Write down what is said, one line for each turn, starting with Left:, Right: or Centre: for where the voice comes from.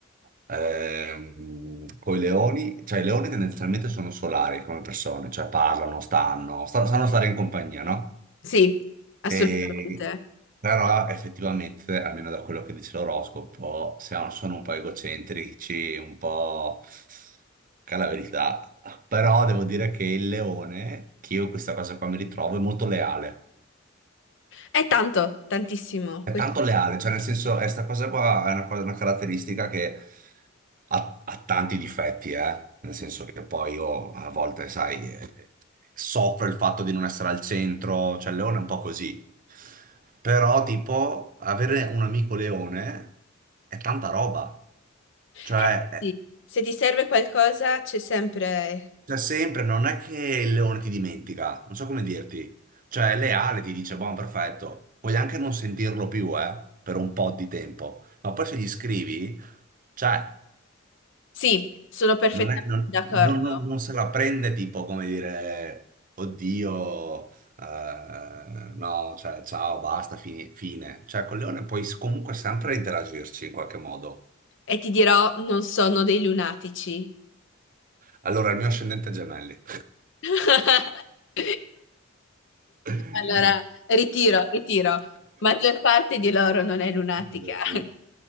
Right: ehm, con i leoni, cioè i leoni tendenzialmente sono solari come persone, cioè parlano, stanno, stanno- sanno stare in compagnia, no?
Left: Sì, assolutamente.
Right: E- però effettivamente, almeno da quello che dice l'oroscopo, siamo- sono un po' egocentrici, un po' che è la verità. Però devo dire che il leone, che io in questa cosa qua mi ritrovo, è molto leale.
Left: È tanto, tantissimo.
Right: È
Left: Questo-
Right: tanto leale, cioè nel senso, è sta cosa qua è una, cosa- una caratteristica che ha, ha tanti difetti, eh? Nel senso che poi io a volte, sai, eh, soffro il fatto di non essere al centro, cioè Leone è un po' così. Però, tipo, avere un amico Leone è tanta roba. Cioè,
Left: Eh, sì, se ti serve qualcosa c'è sempre...
Right: cioè, sempre, non è che il leone ti dimentica, non so come dirti. Cioè, è leale, ti dice, buon, perfetto. Puoi anche non sentirlo più, eh, per un po' di tempo. Ma poi se gli scrivi, cioè,
Left: Sì, sono perfettamente
Right: non è- non-
Left: d'accordo.
Right: non- non- non se la prende tipo come dire, oddio, eh, no, cioè, ciao, basta, fini- fine. Cioè, col leone puoi s- comunque sempre interagirci in qualche modo.
Left: E ti dirò, non sono dei lunatici.
Right: Allora, il mio ascendente è gemelli.
Left: <laughs>
Right: <laughs>
Left: Allora, ritiro, ritiro. Maggior parte di loro non è lunatica.
Right: Eh,
Left: <laughs>